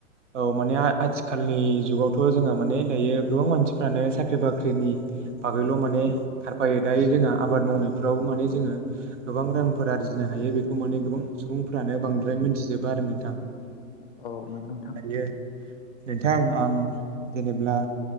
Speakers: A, on the right; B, on the left.
A: औ माने आथिखालनि जुगावथ' जोंहा माने दायो गोबां मानसिफ्रानो साख्रि बाख्रिनि बागैल' माने खारफायो दायो जोंहा आबाद मावनायफ्राव माने जोङो गोबां रांफोर आरजिनो हायो बेखौ माने गोबां सुबुंफ्रानो बांद्राय मिथिजोबा आरो नोंथां
B: औ नंगौ नोंथां
A: दायो नोंथां आं जेनेब्ला